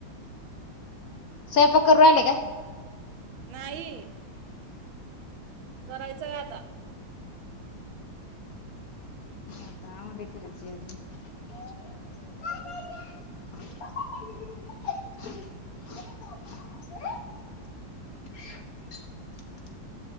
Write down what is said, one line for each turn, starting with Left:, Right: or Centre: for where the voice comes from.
Left: स्वयंपाक करून राहिले काय
Right: नाहीई करायचंय आता
Left: <inaudible> हकामुळे दे करीच अजून <inaudible> <unintelligible>